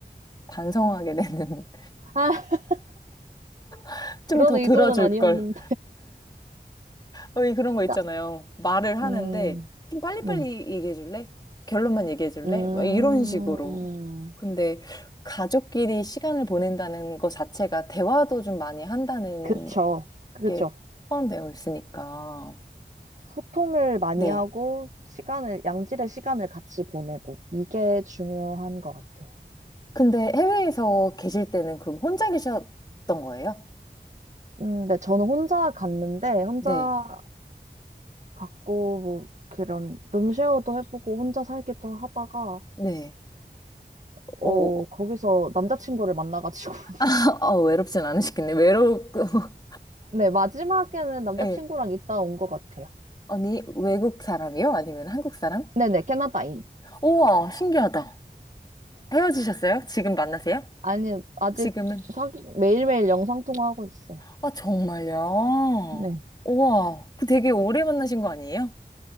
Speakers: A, on the left; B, on the right.
A: 반성하게
B: 그쵸.
A: 되는
B: 아, <laughs>
A: <laughs>
B: 그런
A: 좀 더
B: 의도는
A: 들어줄
B: 아니었는데.
A: 걸. 왜 그런 거 있잖아요.
B: 나-
A: 말을 하는데
B: 음,
A: 좀 빨리빨리
B: 네.
A: 얘기해 줄래? 결론만 얘기해 줄래?
B: 음,
A: 막 이런 식으로. 근데 가족끼리 시간을 보낸다는 것 자체가 대화도 좀 많이 한다는
B: 그쵸. 그쵸.
A: 게 포함되어 있으니까.
B: 소통을 많이
A: 네.
B: 하고, 시간을, 양질의 시간을 같이 보내고, 이게 중요한 것 같아요.
A: 근데 해외에서 계실 때는 그럼 혼자 계셨던 거예요?
B: 음, 네. 저는 혼자 갔는데, 혼자
A: 네.
B: 갔고, 뭐, 그런, 룸쉐어도 해보고, 혼자 살기도 하다가,
A: 네.
B: 어,
A: 어,
B: 거기서 남자친구를 만나가지고. <laughs>
A: <laughs> 어, 외롭진 않으시겠네. 외롭, <laughs>
B: 네, 마지막에는 남자친구랑
A: 네.
B: 있다 온 것 같아요.
A: 아니, 외국 사람이요? 아니면 한국 사람?
B: 네네, 캐나다인.
A: 우와, 신기하다. 헤어지셨어요? 지금 만나세요?
B: 아니, 아직
A: 지금은?
B: 사귀, 매일매일 영상통화하고 있어요.
A: 아, 정말요?
B: 네.
A: 우와, 그 되게 오래 만나신 거 아니에요?